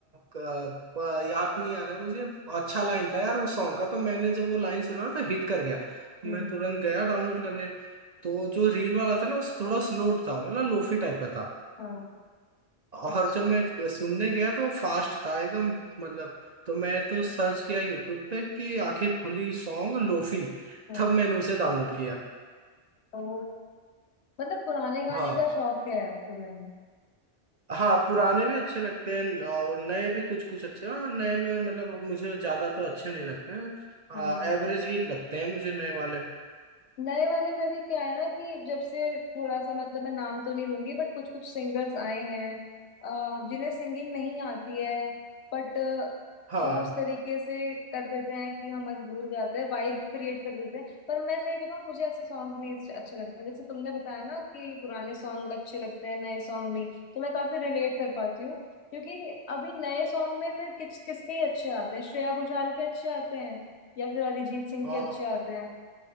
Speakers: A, on the right; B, on the left.
A: क- प- याद नहीं आ रहा मुझे अच्छा लाइन था यार वो सॉन्ग का तो मैंने जब वो लाइन सुना ना, तो हिट कर गया तो
B: हम्म
A: मैं तुरंत गया डाउनलोड करने तो जो रील वाला था ना उस थोड़ा स्लो था मतलब लोफी टाइप का था
B: हाँ
A: और
B: अच्छा
A: जब मैं सुनने गया तो फास्ट था एकदम मतलब तो मैं तो सर्च किया यूट्यूब पे कि आंखें खुली सॉन्ग लोफी
B: हाँ
A: तब मैंने उसे डाउनलोड किया
B: ओ मतलब पुराने गाने
A: हाँ
B: का शौक है तुम्हें
A: हाँ पुराने भी अच्छे लगते हैं और नए भी कुछ कुछ अच्छे हैं और नए में मतलब मुझे ज्यादा तो अच्छे नहीं लगते हैं हाँ,
B: हाँ
A: एवरेज ही लगते हैं मुझे नए वाले
B: नए वाले में भी क्या है ना कि जब से थोड़ा सा मतलब मैं नाम तो नहीं लूंगी बट कुछ कुछ सिंगर्स आए हैं अ, जिन्हें सिंगिंग नहीं आती है बट
A: हाँ
B: वो उस तरीके से कर देते हैं कि हम मजबूर हो जाते हैं वाइब क्रिएट कर देते हैं पर मैं सही बताऊं मुझे ऐसे सॉन्ग नहीं अच्छे अच्छे लगते हैं। जैसे तुमने बताया ना कि पुराने सॉन्ग अच्छे लगते हैं नए सॉन्ग नहीं तो मैं काफी रिलेट कर पाती हूँ क्योंकि अभी नए सॉन्ग में फिर किस किसके ही अच्छे आते हैं श्रेया घोषाल के अच्छे आते हैं या फिर अरिजीत सिंह
A: हाँ
B: के अच्छे आते हैं